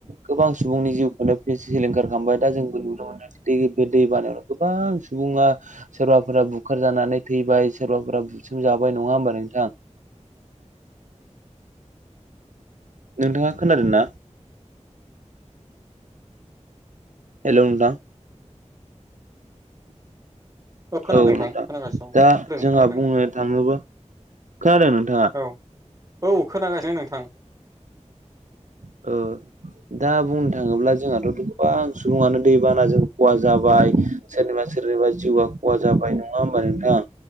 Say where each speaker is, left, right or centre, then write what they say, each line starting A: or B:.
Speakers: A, on the right (about 85°); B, on the right (about 30°).
A: गोबां सुबुंनि जिउखौनो सिलिंखार खालामबाय दा जोंबो नुनो मोनदों दै बे दै बानायावनो गोबां सुबुङा सोरबाफोरा बुखार जानानै थैबाय सोरबाफोरा बुसोमजाबाय नङा होमबा नोंथां। नोंथाङा खोनादों ना? हेल नोंथां।
B: खोनादों
A: औ नोंथां
B: खोनागासिनो
A: दा
B: दं
A: जोंहा
B: खोनादों
A: बुंनो थाङोबा। खोनादों नोंथाङा?
B: खोनादों औ औ खोनागासिनो नोंथां।
A: औ दा बुंनो थाङोब्ला जोंहाथ'' गोबां सुबुङानो दैबानाजों खहा जाबाय सोरनिबा सोरनिबा जिउआ खहा जाबाय नङा होमबा नोंथां